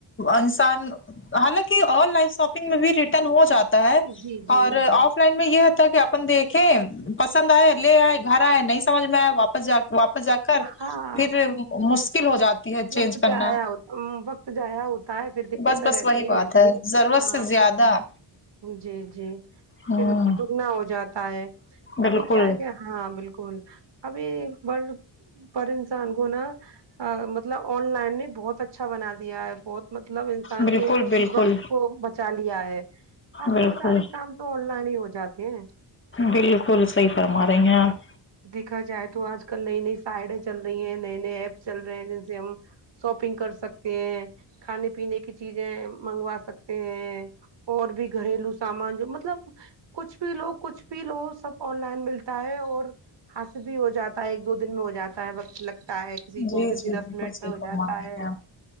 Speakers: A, on the left; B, on the right.
A: انسان حالانکہ آن لائن شاپنگ میں بھی ریٹرن ہو جا تا ہے
B: جی جی
A: اور آف لائن میں یہ ہوتا کہ آپ اپن دیکھیں پسند آئے لے آئے گھر آئے نہیں سمجھ میں آئے واپس جا اپ جا کر
B: ہاں
A: پھر مشکل ہو جات تی ہے چینج
B: وقت
A: کرنا
B: جایا ہوتا وقت جایا ہوتا ہے پھر دقتیں
A: بس بس
B: رہتی
A: وہی بات
B: ہیں
A: ہے ضرورت
B: ہاں
A: سے زیادہ
B: جی جی پھر
A: ہ
B: دگنا ہو جاتا ہے
A: بالکل
B: ابھی کیا ہے کیا ہاں بالکل ابھی ب پر انسان کو نا ا مطلب آن لائن نے بہت اچھا بنا دیا ہے بہت مطلب انسان
A: بالکل
B: کے
A: بالکل
B: وقت کو ب چالیا ہے آج
A: بالکل
B: کل سارے کام تو آن لائن ہی ہو جاتے ہیں
A: بالکل صحیح فرما رہی ہیں آپ
B: دیکھا جائے تو آج کل نئی نئی سائڈیں چل رہی ہیں نئے نئے ایپ چل رہے ہیں جیسے ہم شاپنگ کر سکتے ہیں کھانے پینے کی چیزیں منگوا سکتے ہیں اور بھی گھریلو سامان جو مطلب کچھ بھی لو کچھ بھی لو سب آن لائن ملتا ہے اور حاصل بھی ہو جاتا ہے ایک دو دن میں ہو جاتا ہے وقت لگتا ہے کسی کو
A: جی
B: کسی
A: جی
B: دس
A: بالکل
B: منٹ
A: صحیح
B: میں ہو
A: فرما
B: جاتا
A: رہی
B: ہے
A: ہیں آپ